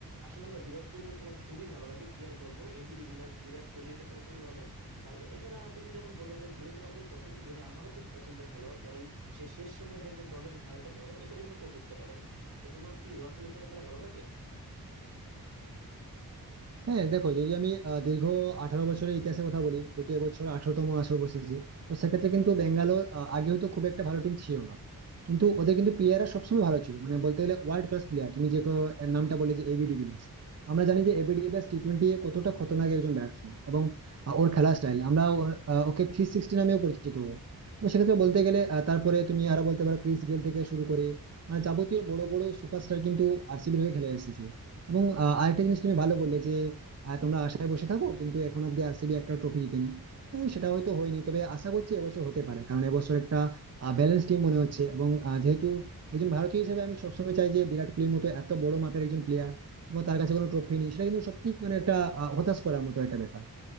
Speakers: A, on the right; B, on the right.
A: আসলে আমার বিরাট কোহলির খেলা খুবই ভালো লাগে কি আর বলবো এবি ডিভিলিয়ার্স বিরাট কোহলি এদের খেলা খুবই ভালো লাগে এছাড়া তুমি যেমন বলে যে ধোনি তোমার খুব পছন্দ ধোনি আমারও খুব পছন্দের খেলোয়াড় কারণ সে শেষ সময় যেমন দলের হালটা ধরে এটা অন্য কেউ ধরতে পারে না তো তোমার কি রয়্যাল চ্যালেঞ্জার্সের খেলা ভালো লাগে
B: হ্যাঁ দেখো যদি আমি আহ, দীর্ঘ আঠারো বছরের ইতিহাসের কথা বলি যেহেতু এবছর আঠারোতম আসর বসেছে তো সেক্ষেত্রে কিন্তু বেঙ্গালোর আহ, আগে হয়তো খুব একটা ভালো টিম ছিল না কিন্তু ওদের কিন্তু প্লেয়াররা সবসময় ভালো ছিল মানে বলতে গেলে ওয়ার্ল্ড ক্লাস প্লেয়ার তুমি যে ক- এর নামটা বলে যে এবি ডিভিলিয়ার্স আমরা জানি যে এবি ডিভিলিয়ার্স টি টোয়েন্টি এ কতটা খতরনাক একজন ব্যাটসম্যান এবং আহ, ওর খেলার স্টাইল আমরা ওর, আহ, ওকে থ্রি সিক্সটি নামেও পরিচিত ও। তো সেক্ষেত্রে বলতে গেলে আহ, তারপরে তুমি আরো বলতে পারো ক্রিস গেল থেকে শুরু করে মানে যাবতীয় বড় বড় সুপারস্টার কিন্তু আরসিবির হয়ে খেলে এসেছে এবং আহ, আরেকটা জিনিস তুমি ভালো বললে যে আর তোমরা আশায় বসে থাকো কিন্তু এখন অব্দি আরসিবি একটা ট্রফি জিতেনি হ্যাঁ, সেটা হয়তো হয়নি তবে আশা করছি এবছর হতে পারে কারণ এবছর একটা ব্যালেন্স টিম মনে হচ্ছে এবং আহ, যেহেতু একজন ভারতীয় হিসেবে আমি সবসময় চাই যে বিরাট কোহলির মতো এত বড় মাপের একজন প্লেয়ার এবং তার কাছে কোনো ট্রফি নেই সেটা কিন্তু সত্যি মানে একটা আহ, হতাশ করার মতো একটা ব্যাপার